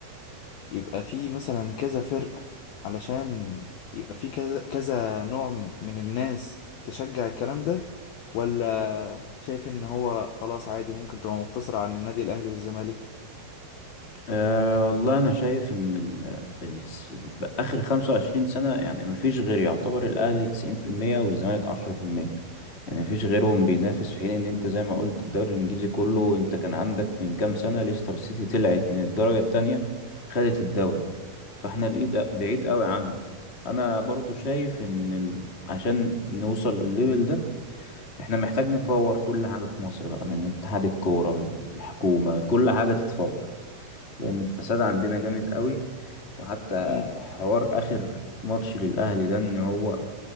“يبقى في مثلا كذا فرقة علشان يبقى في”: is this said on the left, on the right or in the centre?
Left